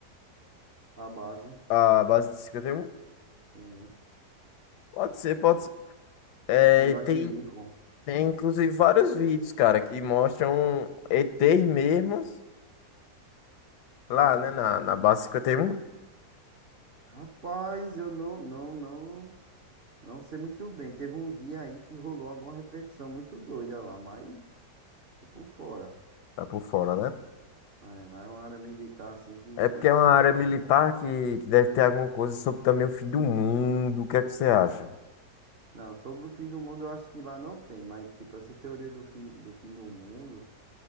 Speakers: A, on the right; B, on the left.
A: a base.
B: a base de 51?
A: Sim.
B: Pode ser, pode ser. É,
A: No condado
B: tem,
A: de Lincoln.
B: tem inclusive vários vídeos, cara, que mostram ETs mesmos lá, né, na, na base 51.
A: Rapaz, eu não, não, não, não sei muito bem. Teve um dia aí que rolou alguma repercussão muito doida lá, mas tô por fora.
B: Tá por fora, né?
A: É, lá é uma área militar assim que não
B: É porque é uma
A: pode
B: área
A: passar.
B: militar que, que deve ter alguma coisa sobre também o fim do mundo. O que é que você acha?
A: Não, sobre o fim do mundo eu acho que lá não tem, mas tipo, essa teoria do fim, do fim do mundo,